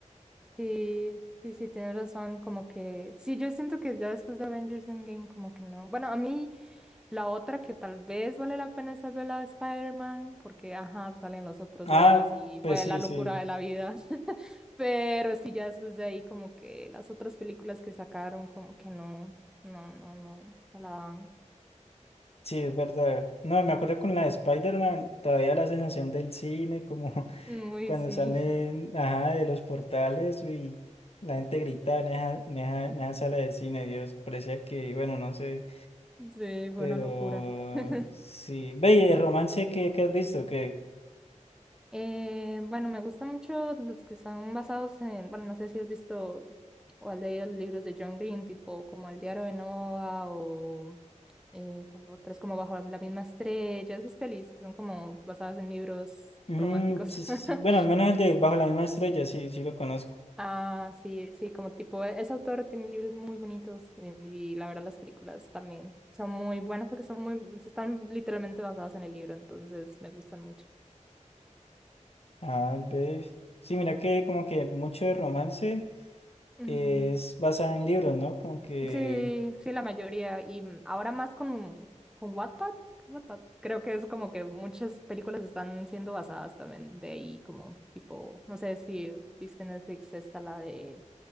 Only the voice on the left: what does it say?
Ah,
pues
sí,
sí,
sí, es verdad. No, me acuerdo con la de Spider-Man, todavía la sensación del cine, como <laughs>
cuando
salen, ajá, de los portales y la gente grita en esa, en esa, en esa sala de cine, Dios, parecía que, bueno, no sé.
Pero
sí, ve, y de romance que, has visto, que
mm,
sí, sí,
sí. Bueno, al menos el de Bajo la misma estrella, sí, sí lo conozco.
Ah, ve. Sí, mira que como que mucho de romance
es basado en libros, ¿no? Como que.